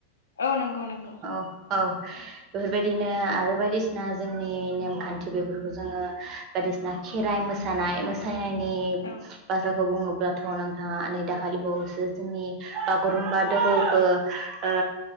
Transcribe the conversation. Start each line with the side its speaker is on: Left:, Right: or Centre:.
Left: औ नंगौ नंगौ
Right: औ औ बेफोरबायद दिनो आरो बायदिसिना जोंनि नेमखान्थि बेफोरखौ जोङो बायदिसिना खेराइ मोसानाय मोसानाय ए
Left: औ
Right: बाजा खौ बुङोब्लाथ' नोंथाङा नै दाखालि बावैसो जोंनि बागुरुम्बा दोहौखौ ओ